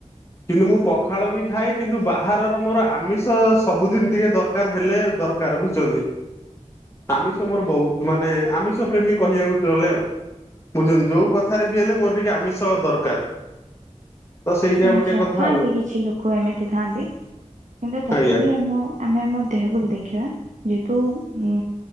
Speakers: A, on the left; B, on the right.
A: କିନ୍ତୁ ମୁଁ ପଖାଳ ବି ଖାଏ କିନ୍ତୁ ବାହାରର ମୋର ଆମିଷ ସବୁଦିନ ଟିକେ ଦର ଦରକାର ହେଲେ ଦରକାର ବୁଝଛନ୍ତି ଆମିଷ ମୋର ବହୁତ ମାନେ ଆମିଷ ପ୍ରେମୀ କହିବାକୁ ଚାଲେ ଆଉ ମୁଁ ଯୋଉ କଥା ଏଥାରେ ବି ହେଲେ ମୋର ଟିକେ ଆମିଷ ଦରକାର। ତ ସେଇଟା
B: ଆଚ୍ଛା
A: ଗୋଟେ କଥା
B: ଥାଆନ୍ତି
A: ଆଉ।
B: କିଛି ଲୋକ ଏମିତି ଥାଆନ୍ତି କିନ୍ତୁ ତଥାପି
A: ଆଜ୍ଞା
B: ଆମ ଆମେ ଆମ ଦେହକୁ ବି ଦେଖିବା ଯେହେତୁ ଉ